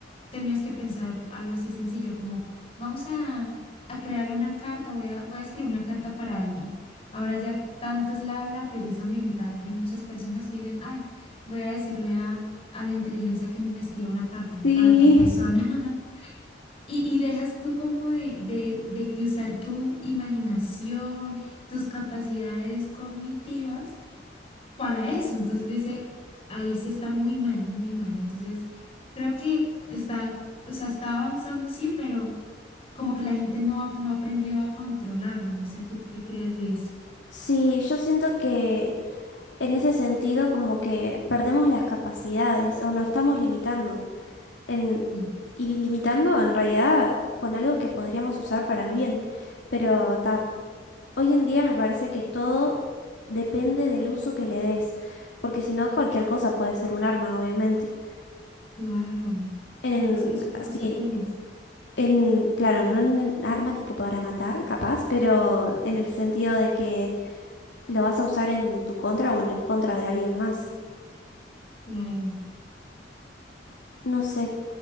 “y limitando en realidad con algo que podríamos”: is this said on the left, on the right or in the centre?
Left